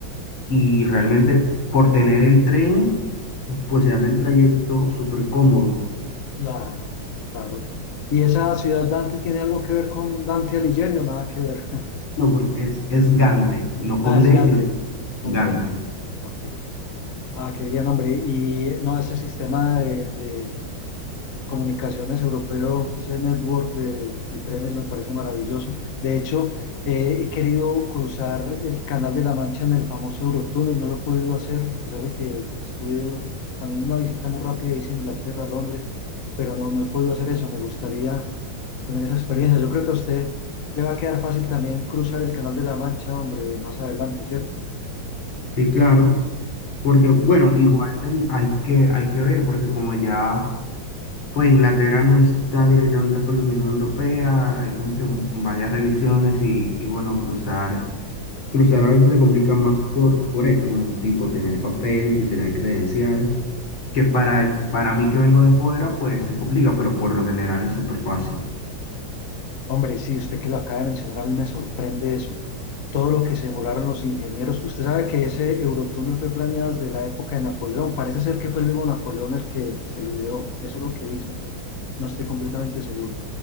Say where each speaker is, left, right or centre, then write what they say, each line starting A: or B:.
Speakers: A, on the left; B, on the left.
A: y realmente por tener el tren, pues se hace el trayecto súper cómodo.
B: Claro, claro. ¿Y esa ciudad Dante tiene algo que ver con Dante Alighieri o nada que ver? <laughs>
A: No, porque es, es Gante, no con
B: Ah,
A: D,
B: es Dante
A: sino Gante.
B: con G, ok. ok. Ah, qué bien, hombre. Y no, ese sistema de, de Comunicaciones Europeo, ese network de, de trenes me parece maravilloso. De hecho, eh, he querido cruzar el Canal de la Mancha en el famoso Eurotúnel, no lo he podido hacer, a pesar de que pues, estuve eh, también una visita muy rápida, hice Inglaterra, Londres, pero no, no he podido hacer eso. Me gustaría tener esa experiencia. Yo creo que a usted le va a quedar fácil también cruzar el Canal de la Mancha, hombre, más adelante, ¿cierto?
A: Sí, claro, porque bueno, igual ten- hay que, hay que ver, porque como ya, pues Inglaterra no está directamente con la Unión Europea, hay como que m- varias revisiones y, y bueno, cruzar, cruzar a veces se complica más por, por eso, como tipo tener papeles y tener credenciales. que para, para mí que vengo de fuera, pues se complica, pero por lo general es súper fácil.
B: Hombre, sí, usted que lo acaba de mencionar, a mí me sorprende eso. Todo lo que se demoraron los ingenieros. Usted sabe que ese Eurotúnel fue planeado desde la época de Napoleón. Parece ser que fue el mismo Napoleón el que se lo ideó. Eso es lo que dicen, pero no estoy completamente seguro.